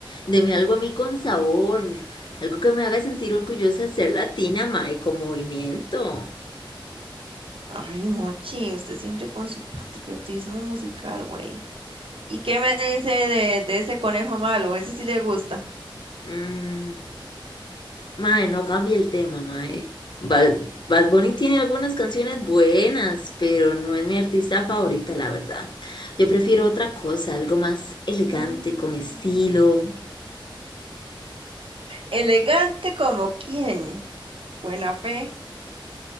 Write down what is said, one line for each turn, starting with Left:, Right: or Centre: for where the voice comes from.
Left: Deme algo a mí con sabor, algo que me haga sentir orgullosa de ser latina, mae, con movimiento.
Right: Ay, Mochi, usted siempre con su patriotismo musical, güey. ¿Y qué me dice de, de ese conejo malo? Ese sí le gusta.
Left: Mm. Mae, no cambie el tema, mae. Bad, Bad Bunny tiene algunas canciones buenas, pero no es mi artista favorita, la verdad. Yo prefiero otra cosa, algo más elegante,
Right: Mm.
Left: con estilo.
Right: Elegante como quién. Buena fe.